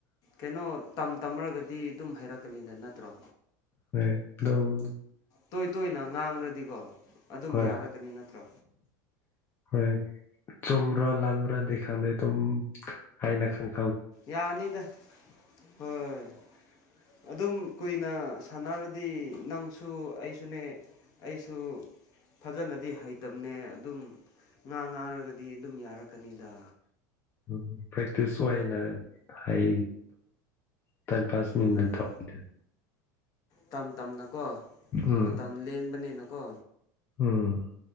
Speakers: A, on the left; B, on the left.
A: ꯀꯩꯅꯣ ꯇꯝ ꯇꯝꯃꯒꯗꯤ ꯑꯗꯨꯝ ꯍꯥꯏꯩꯔꯛꯀꯅꯤꯗ ꯅꯠꯇ꯭ꯔꯣ
B: ꯍꯣꯏ ꯑꯗꯨꯝ
A: ꯇꯣꯏ ꯇꯣꯏꯅ ꯉꯥꯡꯂ꯭ꯔꯗꯤꯀꯣ ꯑꯗꯨꯝ
B: ꯍꯣꯏ
A: ꯌꯥꯔꯛꯀꯅꯤ ꯅꯠꯇ꯭ꯔꯣ
B: ꯍꯣꯏ ꯆꯨꯝꯕ꯭ꯔꯥ ꯂꯜ꯭ꯔꯥꯗꯤ ꯈꯪꯗꯦ ꯑꯗꯨꯝ ꯍꯥꯏꯅ ꯈꯪ
A: ꯌꯥꯅꯤꯗ ꯍꯣꯏ ꯑꯗꯨꯝ ꯀꯨꯏꯅ ꯁꯥꯟꯅꯔꯗꯤ ꯅꯪꯁꯨ ꯑꯩꯁꯨꯅꯦ ꯑꯩꯁꯨ ꯐꯖꯅꯗꯤ ꯍꯩꯇꯕꯅꯦ ꯑꯗꯨꯝ ꯉꯥꯡ ꯉꯥꯡꯔꯒꯗꯤ ꯑꯗꯨꯝ ꯌꯥꯔꯛꯀꯅꯤꯗ
B: ꯎ ꯄ꯭ꯔꯦꯛꯇꯤꯁꯅ ꯍꯥꯏ ꯇꯥꯏ ꯐꯥꯁ
A: ꯎꯝ
B: ꯃꯤ ꯇꯗ
A: ꯇꯝ ꯇꯝꯅꯀꯣ
B: ꯎꯝ
A: ꯃꯇꯝ ꯂꯦꯟꯕꯅꯤꯅꯀꯣ
B: ꯎꯝ